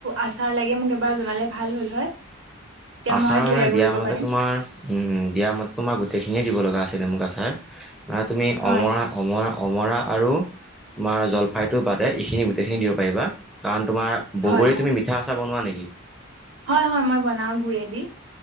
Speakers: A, on the right; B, in the centre.
A: আচাৰ লাগে মোক এবাৰ জনালে ভাল হল হয়। তেতিয়া
B: আচাৰ
A: মই তৈয়াৰ
B: মানে দিয়া
A: কৰিব
B: মতে
A: পাৰিম
B: তোমাৰ উম' উম দিয়া মতে তোমাৰ গোটেইখিনিয়ে দিব লগা আছিলে মোক আছাৰ মানে তুমি
A: হয়
B: অমৰা অমৰা' অমৰা আৰু তোমাৰ জলফাইটো বাদে এইখিনি গোটেইখিনি দিব পাৰিবা কাৰণ তোমাৰ
A: হয়
B: বগৰী
A: হয়
B: তুমি মিঠা আছাৰ বনোৱা নেকি?
A: হয়', হয় মই বনাও গুৰেদি।